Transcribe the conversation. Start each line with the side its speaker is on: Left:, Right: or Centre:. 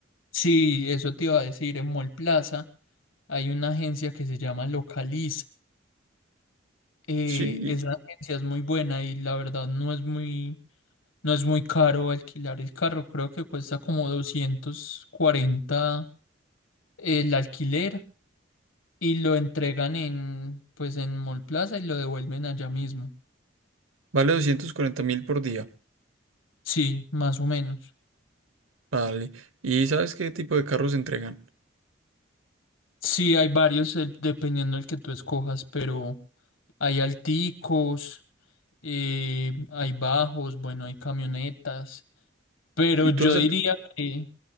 Left: Sí, eso te iba a decir, en Mall Plaza hay una agencia que se llama Localiz. Eh,
Right: sí,
Left: esa agencia es muy buena y la verdad no es muy, no es muy caro alquilar el carro. Creo que cuesta como 240 el alquiler y lo entregan en, pues en Mall Plaza y lo devuelven allá mismo.
Right: vale doscientos cuarenta mil por día.
Left: Sí, más o menos.
Right: Vale. ¿Y sabes qué tipo de carros entregan?
Left: Sí, hay varios eh, dependiendo del que tú escojas, pero hay alticos, eh, hay bajos, bueno, hay camionetas. Pero
Right: ¿Y
Left: yo
Right: tú has,
Left: diría
Right: al-
Left: que,